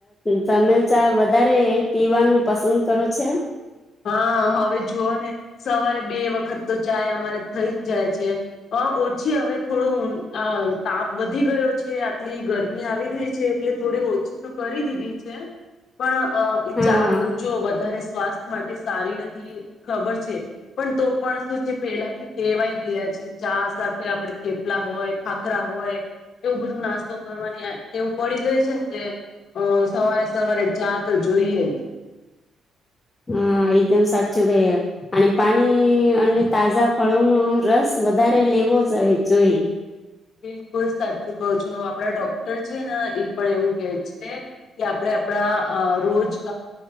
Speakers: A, on the left; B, on the left.
A: તમે ચા વધારે પીવાનું પસંદ કરો છો
B: હા હવે જુઓ ને સવારે બે વખત તો ચાય અમારે થઈ જ જાય છે ઓછી હવે થોડું આ તાપ વધી ગયો છે આટલી ગરમી આવી ગઈ છે એટલે થોડી ઓછી તો કરી દીધી છે પણ અ
A: હા
B: ચા દઉજુ વધારે સ્વાસ્થ માટે સારી નથી ખબર છે પણ તો પણ શું છે પેલાથી કેવાય ગયા છે ચા સાથે આપણે થેપલા હોય ખાખરા હોય એવું બધું નાસ્તો કરવાની એવું પડી ગય છે ને તે અ સવારે સવારે ચા તો જોઈએ
A: હા એકદમ સાચું કઈ અને પાણી અને તાજા ફળોનોો રસ વધારે લેવો જ જોઈ
B: બિલકુલ સાચું કહો છો આપડા ડોક્ટર છે ને એ પણ એવું કે છે કે આપણે આપણા રોજ